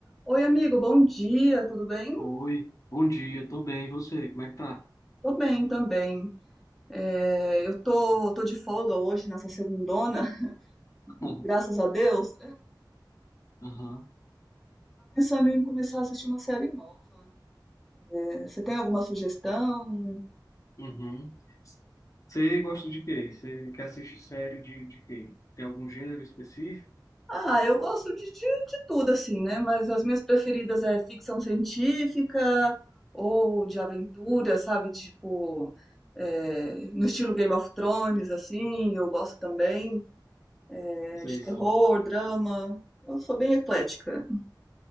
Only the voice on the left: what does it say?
Oi, bom dia, tô bem, e você, como é que tá?
<laughs>
Aham,
uhum. Você gosta de quê? Você quer assistir série de, de quê? Tem algum gênero específico?
Sei
sim.